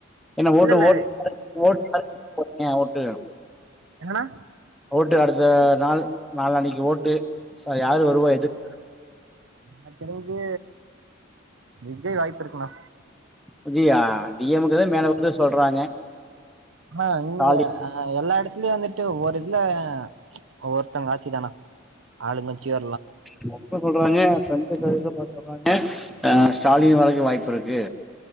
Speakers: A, in the centre; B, on the right.
A: என்ன
B: இல்ல
A: ஓட்டு
B: இல்ல
A: <inaudible> ஓட்டு
B: எங்கணா
A: ட்டு அடுத்த நாள் நாலானைக்கு ஓட்டு சோ யாரு வருவா எது <inaudible>
B: எனக் தெரிஞ்சு விஜய் வாய்ப்பு இருக்குணா
A: விஜியாய் டீ எம் கே தா மேல வருது சொல்றாங்க
B: ஆஹ் இங்க
A: ஸ்டாலின்
B: அ எல்லாயிட த்திலியு வந்துட்டு ஒவ்வொரு இதுல ஒவ்வொருத்தங்க ஆட்சி தாணா ஆளுங்கச்சியா
A: உங் அப்ப சொல்றாங்க <unintelligible> எதுலப்பா சொல்றாங்க அ ஸ்டாலின் வரைக்கு வாய்ப்பு இருக்கு